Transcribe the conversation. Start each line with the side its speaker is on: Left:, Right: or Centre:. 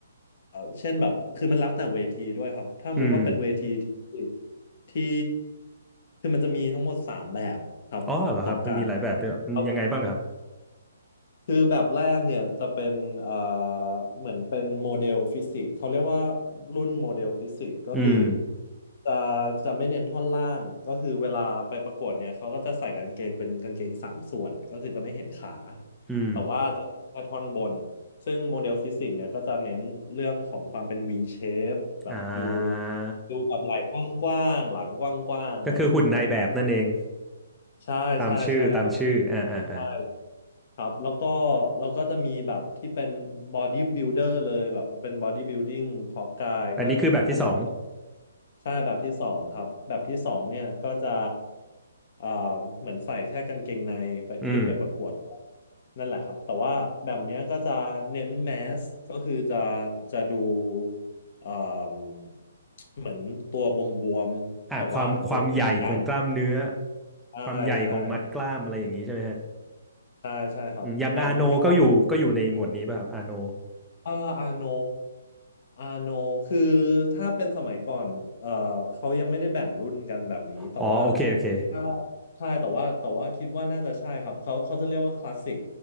Left: เอ่อเช่นแบบคือมันแล้วแต่เวทีด้วยครับถ้าสมมติว่าเป็นเวทีที่
Centre: อืม
Left: ที่คือมันจะมีทั้งหมดสามแบบครับเพาะกาย
Centre: อ๋อเหรอครับมันมีหลายแบบด้วยเหรออืมยังไงบ้างครับ
Left: ครับ คือแบบแรกเนี่ยจะเป็นเอ่อเหมือนเป็นโมเดลฟิสิกส์เขาเรียกว่ารุ่นโมเดลฟิสิกส์ก็คือ
Centre: อืม
Left: จะจะไม่เน้นท่อนล่างก็คือเวลาไปประกวดเนี่ยเขาก็จะใส่กางเกงเป็นกางเกงสามส่วนก็คือจะไม่เห็นขา
Centre: อืม
Left: แต่ว่าจะเห็นแค่ท่อนบนซึ่งโมเดลฟิสิกส์เนี่ยก็จะเน้นเรื่องของความเป็น V shape แบบดู
Centre: อ่า
Left: ดูแบบไหล่กว้างๆหลังกว้างๆอะไรอย่างเงี้ยครับ
Centre: ก็คือหุ่นนายแบบนั่นเอง
Left: ใช่ใช่ใช่ครับ
Centre: ตามชื่อตามชื่ออ่าอ่าอ่า
Left: ใช่ ครับแล้วก็แล้วก็จะมีแบบที่เป็น body builder เลยแบบเป็น body building เพาะกายก็อันนั้น
Centre: อันนี้คือแบบที่สอง
Left: ใช่แบบที่สองครับแบบที่สองเนี่ยก็จะเอ่อเหมือนใส่แค่กางเกงในไปขึ้นไปประกวด
Centre: อืม
Left: นั่นแหละครับแต่ว่าแบบเนี้ยก็จะเน้นแมสก็คือจะจะดูเอ่มเหมือนตัวบวมๆแบบว่าตัวใหญ่
Centre: อ่าความความใหญ่ของกล้ามเนื้อ
Left: ๆใช่ใช่ครับ
Centre: ความใหญ่ของมัดกล้ามอะไรอย่างนี้ใช่ไหมฮะ
Left: ใช่ใช่ครับแบบนั้นก็จะ
Centre: อืมอย่างอาโนก็อยู่ก็อยู่ในหมวดนี้ป่ะครับอาโน
Left: เอออาโนอาโนคือถ้าเป็นสมัยก่อนเออเขายังไม่ได้แบ่งรุ่นกันแบบนี้แต่ว่า
Centre: อ๋อโอเคโอเค
Left: ถ้าใช่แต่ว่าแต่ว่าคิดว่าน่าจะใช่ครับเขาเขาจะเรียกว่าคลาสสิก